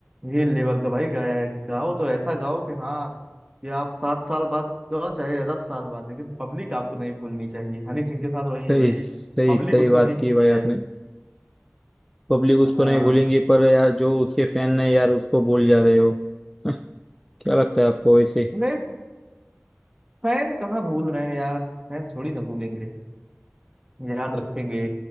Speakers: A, on the right; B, in the centre.
A: ये लेवल का भाई गाया गाओ तो ऐसा गाओ कि हाँ कि आप सात साल बाद गाओ चाहे दस साल बाद लेकिन पब्लिक आपको नहीं भूलनी चाहिए हनी सिंह के साथ वही है
B: सही
A: भाई
B: सही
A: पब्लिक
B: सही
A: उसको
B: बात
A: नहीं भूली
B: की भाई
A: है
B: आपने पब्लिक उसको
A: हाँ
B: नहीं भूलेंगी पर यार जो उसके फैन है यार उसको भूल जा रहे हो <laughs> क्या लगता है आपको वैसे
A: नहीं फैन कहाँ भूल रहे हैं यार फैन थोड़ी ना भूलेंगे याद रखेंगे